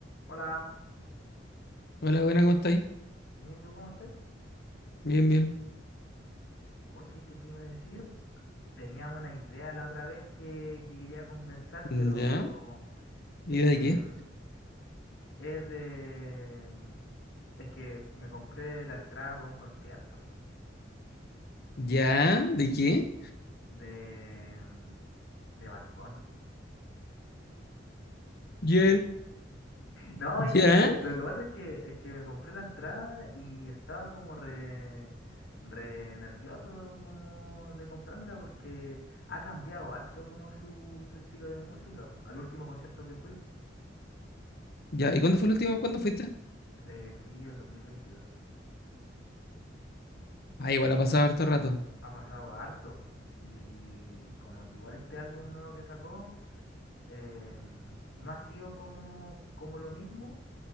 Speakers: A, on the left; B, on the left.
A: Hola,
B: Hola, buena, ¿cómo estáis?
A: bien, ¿y tú cómo estás?
B: Bien, bien.
A: Oye, ¿qué te iba a decir? Tenía una idea la otra vez que, que quería conversar,
B: ¿Ya?
A: pero
B: ¿Y
A: es
B: de
A: que
B: qué?
A: mm, es de... mm, Es que me compré la entrada para un concierto
B: ¿Ya? ¿De qué?
A: de, mm, de Bad Bunny.
B: ¿Ya?
A: No,
B: ¿Ya?
A: y es que lo que pasa es que es que me compré la entrada y estaba como re, re nervioso como de comprármela porque ha cambiado harto como su, su estilo de música. Al último concierto que fui
B: ¿Ya?
A: y
B: ¿Y cuándo fue la última? ¿Cuándo fuiste?
A: eh, fui el 2022.
B: Ah, igual ha pasado harto rato.
A: Ha pasado harto y como que igual este álbum nuevo que sacó em, no ha sido como como lo mismo,